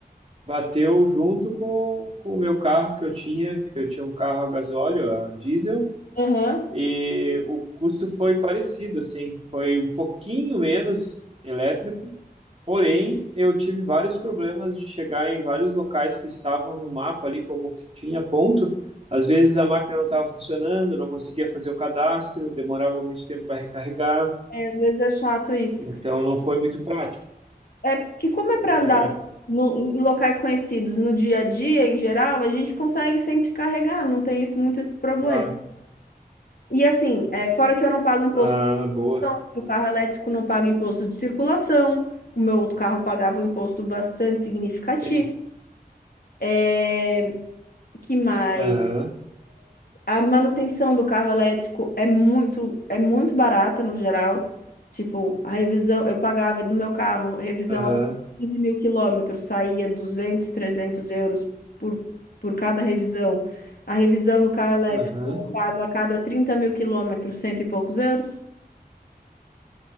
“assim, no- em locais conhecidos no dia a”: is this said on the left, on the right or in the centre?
Left